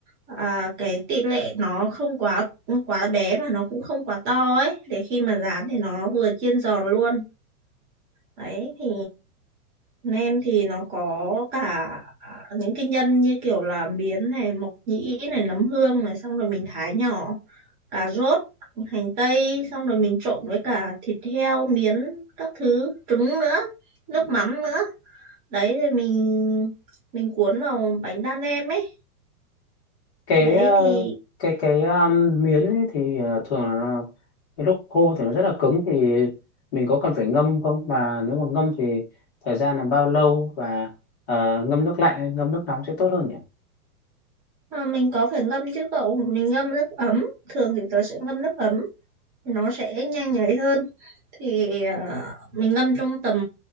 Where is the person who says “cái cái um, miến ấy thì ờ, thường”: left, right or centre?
Left